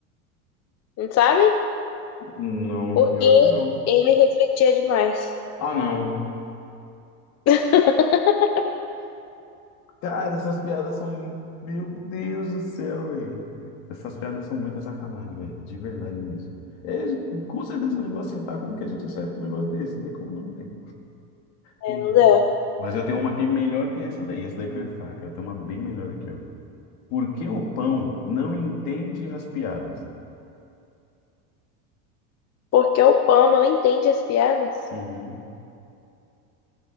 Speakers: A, on the left; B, on the left.
A: Não sabe?
B: Não,
A: Porque
B: pior que não.
A: ele refletia demais.
B: Ah, não.
A: <laughs>
B: Cara, essas piadas são. mu- Meu Deus do céu, velho. Essas piadas são muita sacanagem, velho. De verdade mesmo. É, com certeza que eu não vou aceitar. Como que a gente acerta um negócio desse? Não tem como não, velho.
A: É,
B: <laughs>
A: não dá.
B: Mas eu tenho uma aqui melhor que essa daí. Essa daí foi fraca. Eu tenho uma bem melhor aqui, ó. Por que o pão não entende as piadas?
A: Porque o pão não entende as piadas.
B: Uhum.